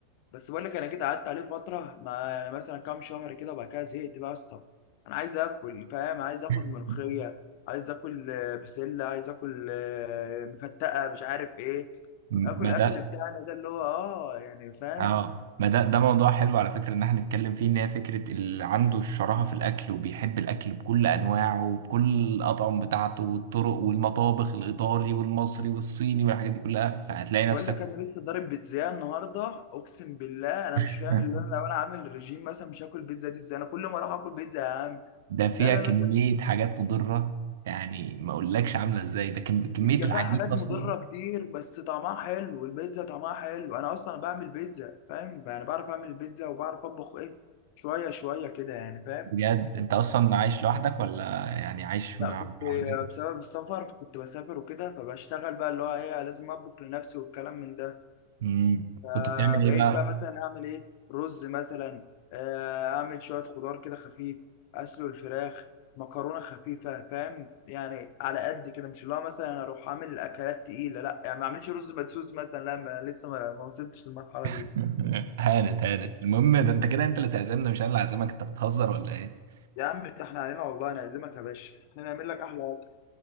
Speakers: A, on the left (about 45°); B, on the right (about 55°).
A: بس بقول لك انا جيت قعدت عليه فتره ما يعني مثلا كام شهر كده وبعد كده زهقت بقى يا اسطى انا عايز اكل فاهم عايز اكل
B: <laughs>
A: ملوخيه عايز اكل آه، بسله عايز اكل آه، مفتقه مش عارف ايه
B: ما
A: اكل اكل
B: ده
A: بتاعنا ده اللي هو اه يعني فاهم
B: اه ما ده ده موضوع حلو على فكرة ان احنا نتكلم فيه ان هي فكرة اللي عنده الشراهة في الاكل وبيحب الاكل بكل انواعه وبكل الاطعم بتاعته والطرق والمطابخ الايطالي والمصري والصيني والحاجات دي كلها فهتلاقي نفسك
A: بقول لك انا لسه ضارب بيتزا النهارده اقسم بالله انا
B: <laughs>
A: مش فاهم اللي انا لو انا عامل ريجيم مثلا مش هاكل بيتزا دي ازاي انا كل ما اروح اكل بيتزا يا عم
B: ده فيها
A: لا لا
B: كمية
A: لا
B: حاجات مضرة يعني ما اقولكش عاملة ازاي ده كم- كمية
A: هي
B: العجين
A: فيها حاجات
B: اصلا
A: مضره كتير بس طعمها حلو والبيتزا طعمها حلو انا اصلا بعمل بيتزا فاهم يعني بعرف اعمل البيتزا وبعرف اطبخ ايه شويه شويه كده يعني فاهم
B: بجد انت اصلا عايش لوحدك ولا يعني عايش
A: لا
B: مع
A: كنت
B: مع
A: بسبب
B: ولادك
A: السفر كنت بسافر وكده فبشتغل بقى اللي هو ايه لازم اطبخ لنفسي والكلام من ده
B: امم
A: آه
B: كنت بتعمل
A: بقيت
B: ايه بقى
A: بقى مثلا اعمل ايه رز مثلا آه اعمل شويه خضار كده خفيف اسلق الفراخ مكرونه خفيفه فاهم يعني على قد كده مش اللي هو مثلا أنا اروح اعمل اكلات تقيله لا يعني ما اعملش رز مدسوس مثلا لا ما لسه ما ما وصلتش للمرحله
B: <laughs>
A: دي
B: هانت هانت المهم ده انت كده انت اللي تعزمنا مش انا اللي اعزمك انت بتهزر ولا ايه
A: يا عم ده احنا علينا والله نعزمك يا باشا احنا نعمل لك احلى اكل